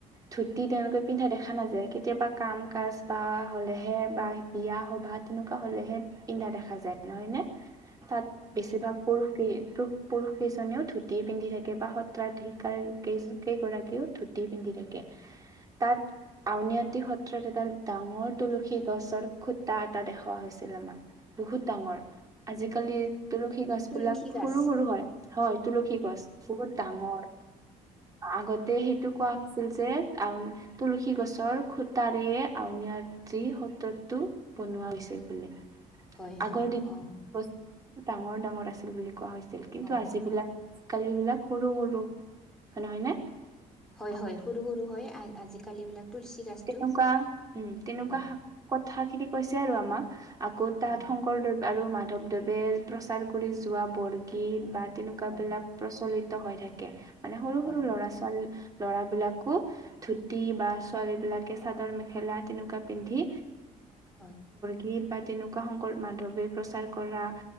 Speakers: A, on the right (about 25°); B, in the centre.
A: ধুতি তেওঁনেকে পিন্ধা দেখা নাযায় কেতিয়াবা কাম কাজ <unintelligible> বা হ'লেহে বা বিয়া সবাহ তেনেকুৱা হ'লেহে পিন্ধা দেখা যায় নহয় নে তাত বেছিভাগ পুৰুষেই পু পুৰুষকেইজনেও ধুতি পিন্ধি থাকে বা সত্ৰাধিকাৰ কেই কেইগৰাকীও ধূতি পিন্ধি থাকে <unintelligible> তাত আউনীআটি সত্ৰত এডাল ডাঙৰ তুলসী গছৰ খুটা এটা দেখুওৱা হৈছিল আমাক বহুত ডাঙৰ আজিকালি তুলসী গছ
B: তুলসী
A: বিলাক
B: গাছ
A: সৰু সৰু হয় হয় তুলসী গছ বহুত ডাঙৰ আগতে সেইটো কোৱা হৈছিল যে তুলসী গছৰ খুটাৰে আউনীটি সত্ৰতটো বনোৱা হৈছিল বুলি
B: হয়
A: আগৰ
B: হয়
A: দিন
B: অ
A: বস্ত ডাঙৰ ডাঙৰ আছিল বুলি কোৱা হৈছিল কিন্তু
B: অ
A: আজিবিলাক
B: অ
A: কালিবিলাক সৰু সৰু হয় নহয় নে?
B: হয়
A: অ'।
B: হয় সৰু সৰু হয় আজিকালি বিলাক তুলসী গাছটো
A: তেনেকুৱা উম তেনেকুৱা
B: হয়
A: শ কথা খিনি কৈছে আৰু আমাক আকৌ তাত
B: হয়
A: শংকৰদেৱ আৰু মাধৱদেৱে প্ৰচাৰ কৰি যোৱা বৰগীত বা তেনেকুৱাবিলাক
B: হয়
A: প্ৰচলিত হৈ থাকে মানে সৰু
B: হয়
A: সৰু ল'ৰা ছোৱালী ল'ৰা বিলাকো ধুতি বা ছোৱালী বিলাকে চাদৰ মেখেলা তেনে কোৱা পিন্ধী
B: হয়
A: গীত বা তেনেকুৱা শংকৰ, মাধৱদেৱে প্ৰচাৰ কৰা